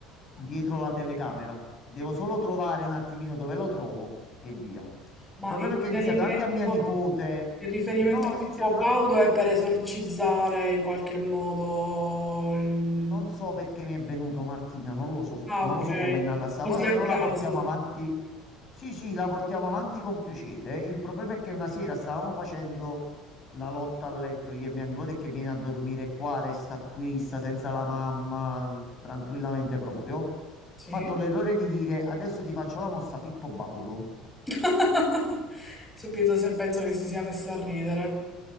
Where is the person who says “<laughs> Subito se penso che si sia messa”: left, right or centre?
Centre